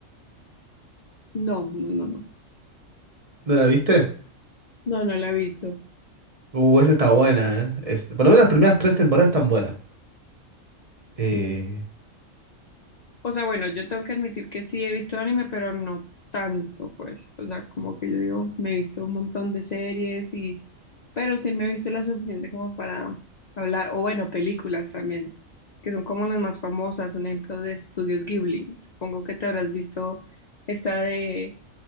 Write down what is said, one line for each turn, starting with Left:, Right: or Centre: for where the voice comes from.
Left: No, no, no, no.
Right: ¿no la viste?
Left: No, no la he visto.
Right: Uh, esa está buena, ¿eh? Es- por lo menos las primeras tres temporadas están buenas. Eh,
Left: O sea, bueno, yo tengo que admitir que sí he visto anime, pero no tanto, pues. O sea, como que yo digo, me he visto un montón de series y... Pero sí me he visto la suficiente como para hablar. O bueno, películas también, que son como las más famosas. Un ejemplo de Estudios Ghibli. Supongo que te habrás visto esta de